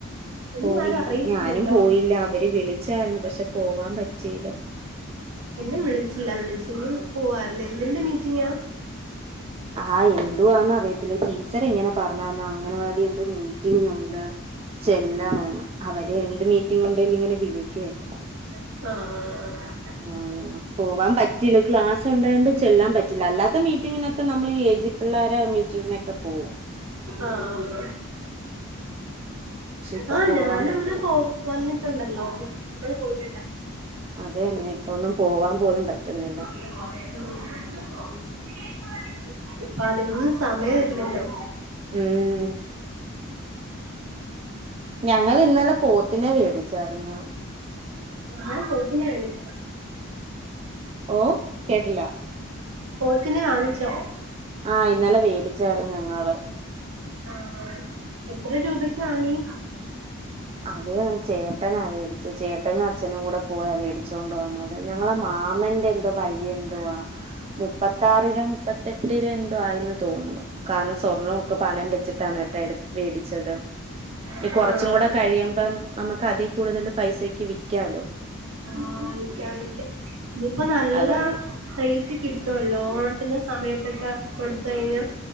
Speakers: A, on the right; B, on the right.
A: എന്നെ
B: പോയില്ലേ.
A: ആരും അറിയിച്ചില്ലല്ലോ
B: ഞാനും പോയില്ല അവര് വിളിച്ചായിർന്നു പക്ഷെ പോവാൻ പറ്റീല്ല.
A: എന്നെ വിളിച്ചില്ല വിളിച്ചെങ്കിൽ പോവായിർന്നു എന്തിന്റെ മീറ്റിങ്ങാ
B: ആഹ് എന്തുവാന്ന് അറിയത്തില്ല ടീച്ചർ ഇങ്ങനെ പർഞ്ഞന്നു അംഗൻവാടി എന്തോ മീറ്റിങ് ഉണ്ട് ചെല്ലണോന്ന്. അവര് എന്ത് മീറ്റിംഗ് ഉണ്ടേലും ഇങ്ങനെ വിളിക്കേല്ലോ.
A: ആഹ് ആഹ് ആഹ്
B: അങ്ങനെ പോവാൻ പറ്റില്ല ക്ലാസ് ഉണ്ടായൊണ്ട് ചെല്ലാൻ പറ്റില്ല അല്ലാത്ത മീറ്റിങ്ങിനൊക്കെ നമ്മ നമ്മള് ഈ ഏജി പിള്ളോരെ മീറ്റിങ്ങിനൊക്കെ പോവോ?
A: ആഹ്
B: പക്ഷെ ഇപ്പൊ
A: ആഹ്
B: പോവാൻ
A: ഞാന്
B: പറ്റോ
A: അങ്ങനെ പോവും. വന്നിട്ടുണ്ടല്ലോ നമ്മള് പോയിട്ടുണ്ട
B: അത് തന്നെ ഇപ്പൊന്നും പോവാൻ പോലും പറ്റുന്നില്ല
A: <inaudible> ഇപ്പൊ അതിനൊന്നും സമയം ഇല്ലല്ലോ.
B: ഉം ഉം ഞങ്ങൾ ഇന്നലെ പോത്തിനെ വേടിച്ചായിരുന്നു.
A: നിങ്ങൾ പോത്തിനെ വേടിച്ചോ
B: ഓഹ് കേട്ടില്ല.
A: പോത്തിനെ വാങ്ങിച്ചോ?
B: ആഹ് ഇന്നലെ വേടിച്ചായിരുന്നു ഞങ്ങള്.
A: ആ എത്ര രൂപക്ക് വാങ്ങി
B: അത് ചേട്ടനാ വേടിച്ചെ ചേട്ടനും അച്ഛനും കൂടെ പോയി വേടിച്ചോണ്ട് വന്ന ഞങ്ങള മാമന്റെ എന്തോ വഴി എന്തുവാ മുപ്പത്താറില മുപ്പ തെട്ടിര എന്തോ ആയെന്ന് തോന്നുന്നു കാരണം സ്വർണൊക്കെ പണയം വെച്ചിട്ടാണ് ഏട്ട എടു വേടി ദം ഇനി
A: ആഹ്
B: കുറച്ചും കൂടെ കഴിയുമ്പം നമുക്ക് അതി കൂടുതൽ പൈസക്ക് വിക്കാല്ലോ
A: ആ വിക്കാം വിക്കാം ഇപ്പ നല്ല
B: അതുകൊണ്ട്
A: റേറ്റ് കിട്ടുവല്ലോ ഓണത്തിന്റെ സമയത്തൊക്കെ കൊടുത്തഴിഞ്ഞാ